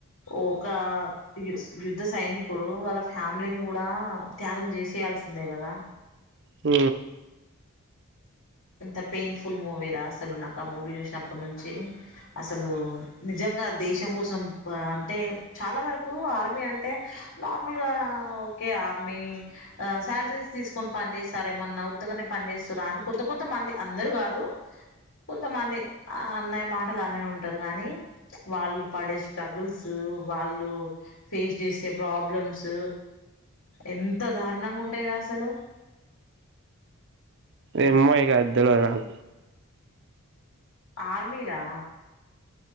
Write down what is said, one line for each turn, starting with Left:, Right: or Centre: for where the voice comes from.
Left: ఓక ఆ యస్ యుద్ధ సైనికుడు వాళ్ళ ఫ్యామిలీని కూడా త్యాగం చేసేయాల్సిందే కదా
Right: ఊ
Left: ఎంత పెయిన్ఫుల్ మూవీరా అసలు నాకు ఆ మూవీ చూసినప్పటి నుంచి అసలు నిజంగా ఇంగ దేశం కోసం ప అంటే చాలా వరకు ఆర్మీ అంటే నార్మల్ గా కె ఆర్మీ ఆ శాలరీస్ తీసుకొని పని చేేస్తారు ఏమన్నా ఉత్తగనే పని చేసుర అన్ కొంత కొంత మంది అందరు కాదు కొంతమంది ఆ అన్నయ్య మాటలు అనే ఉంటారు గానీ వాళ్ళు పడే స్ట్రగుల్స్ వాళ్ళు ఫేస్ చేసే ప్రాబ్లమ్స్ ఊ ఎంత దారుణంగా ఉంటయి రా అసలు
Right: ఎమ్మో ఇగ అద్ దెల్వద్ నాకు
Left: ఆర్మీరా